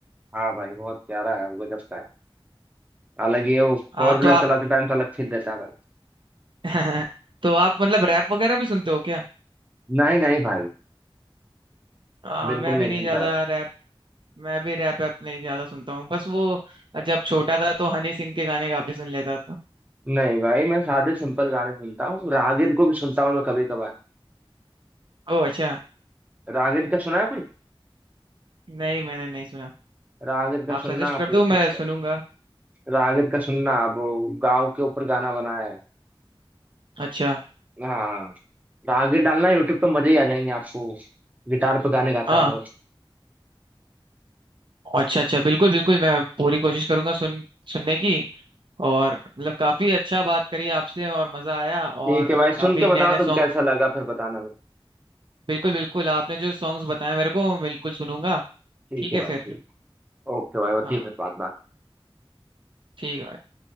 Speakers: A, on the right; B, on the right.
A: हाँ भाई बहुत प्यारा है वो गजब का है हालांकि ये वो
B: हाँ
A: फोर व्हीलर
B: तो आप
A: चलाते टाइम तो अलग फील देता है भाई
B: <laughs> तो आप मतलब रैप वगैरह भी सुनते हो क्या
A: नहीं नहीं भाई
B: आ,
A: बिल्कुल
B: मैं
A: नहीं
B: भी नहीं
A: सुनता
B: ज्यादा
A: है।
B: रैप मैं भी रैप ऐप नहीं ज्यादा सुनता हूँ बस वो जब छोटा था तो हनी सिंह के गाने काफी सुन लेता था
A: नहीं भाई मैं सादे सिंपल गाने सुनता हूँ रागिर को भी सुनता हूँ मैं कभी कभार
B: ओह अच्छा
A: रागिर का सुना है कोई
B: नहीं मैंने नहीं सुना
A: रागिर का
B: आप
A: सुनना
B: सजेस्ट
A: आप
B: कर
A: यूट्यूब
B: दो मैं
A: पे
B: सुनूंगा
A: रागिर का सुनना वो गाँव के ऊपर गाना बनाया है
B: अच्छा
A: हाँ हाँ। आगे डालना यूट्यूब पे मजे ही आ जाएंगे आपको गिटार पे गाने गाता
B: हाँ
A: है बहुत
B: अच्छा अच्छा बिल्कुल बिल्कुल मैं पूरी कोशिश करूंगा सुन सुनने की और मतलब काफी अच्छा बात करी आपसे और मजा आया और
A: ठीक है भाई
B: काफी
A: सुन के
B: नए
A: बताओ
B: नए
A: तुम
B: सॉन्ग
A: कैसा लगा फिर बताना मेरे
B: बिल्कुल बिल्कुल आपने जो सॉन्ग्स बताए मेरे को बिल्कुल सुनूंगा
A: को। ठीक
B: ठीक
A: है
B: है
A: भाई
B: फिर
A: ठीक ओके भाई होती
B: हाँ
A: है फिर बात बात
B: ठीक है भाई।